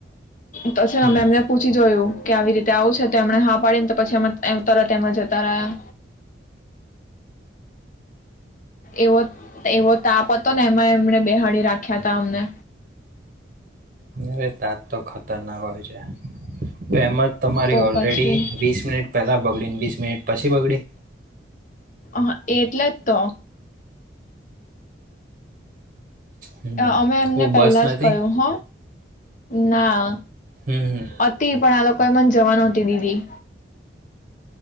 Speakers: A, on the left; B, on the right.
A: તો છે
B: હમ
A: મે એમને પૂછી જોયું કે આવી રીતે આવું છે તો એમને હા પાડી ને તો પછી તરત એમાં જતા રહ્યા. એવો એવો તાપ હતો ને એમાં એમને બેહાડી રાખ્યા હતા અમને.
B: અરે તાપ તો ખતરનાક હોય. તો એમ જ તમારી
A: તો
B: ઓલરેડી
A: પછી
B: વીસ મિનિટ પહેલા બગડીને મિનિટ પછી બગડી
A: હ એટલે તો
B: હમ
A: અમે એમને
B: ઓ
A: પેલા
B: બસ નથી
A: જ કહ્યું હ ના
B: હમ હમ
A: હતી પણ આ લોકો એ મને જવા નહતી દીધી